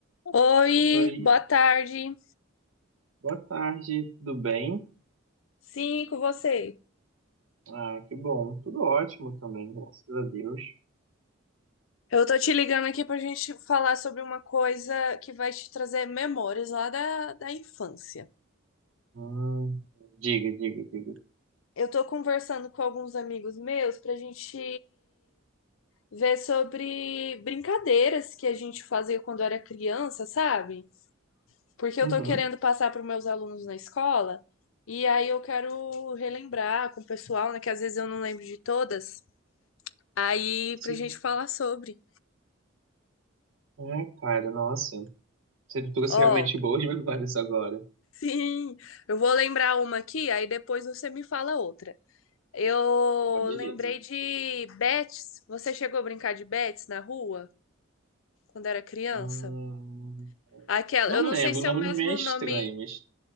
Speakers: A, on the left (about 80°); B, on the right (about 80°).
A: Oi,
B: Oi,
A: boa tarde.
B: boa tarde, tudo bem?
A: Sim, com você.
B: Ah, que bom, tudo ótimo também, graças a Deus.
A: Eu tô te ligando aqui pra gente falar sobre uma coisa que vai te trazer memórias lá da, da infância.
B: Hum, diga, diga, diga.
A: Eu tô conversando com alguns amigos meus pra gente ver sobre brincadeiras que a gente fazia quando era criança, sabe? Porque
B: Uhum,
A: eu tô querendo passar para meus alunos na escola e aí eu quero relembrar com o pessoal, né, que às vezes eu não lembro de todas. Aí
B: sim.
A: pra gente falar sobre.
B: É, cara, nossa, você trouxe
A: Ó,
B: realmente boas <laughs> memórias agora.
A: Sim, eu vou lembrar uma aqui, aí depois você me fala outra. Eu
B: Ah, beleza.
A: lembrei de bets. Você chegou a brincar de bets na rua quando era criança?
B: Hum,
A: Aquela,
B: não
A: eu não
B: lembro,
A: sei se
B: o nome
A: é o mesmo
B: não me é estranho,
A: nome
B: mas...